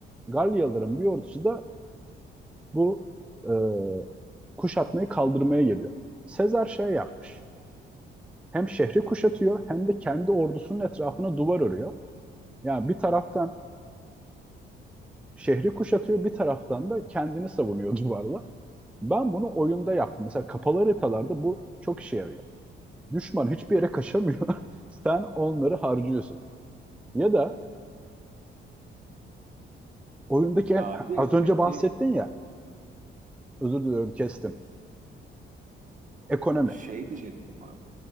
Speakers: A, in the centre; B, on the right.
A: Galyalıların bir ordusu da bu e, kuşatmayı kaldırmaya geliyor. Sezar şey yapmış. hem şehri kuşatıyor hem de kendi ordusunun etrafına duvar örüyor. Yani bir taraftan şehri kuşatıyor, bir taraftan da kendini savunuyor <laughs> duvarla. Ben bunu oyunda yaptım. Mesela kapalı haritalarda bu çok işe yarıyor. Düşman hiçbir yere kaçamıyor. <laughs> Sen onları harcıyorsun. Ya da oyundaki en-
B: Abi
A: az önce
B: peki
A: bahsettin ya, özür diliyorum kestim. Ekonomi
B: Şey diyecektim abi.